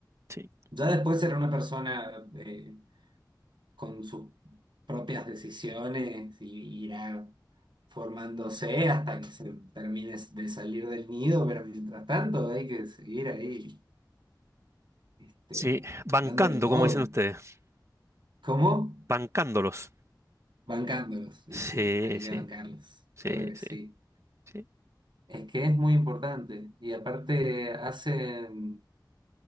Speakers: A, on the right; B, on the right.
A: sí.
B: Ya después será una persona eh, con sus propias decisiones y irá formándose hasta que se termine de salir del nido, pero mientras tanto hay que seguir ahí. este,
A: Sí, bancando,
B: dándolo todo.
A: como dicen ustedes,
B: ¿Cómo?
A: bancándolos.
B: Bancándolos. Y
A: Sí,
B: sí, hay
A: sí,
B: que bancarlos.
A: sí,
B: Claro que
A: sí,
B: sí.
A: sí.
B: Es que es muy importante. Y aparte hacen,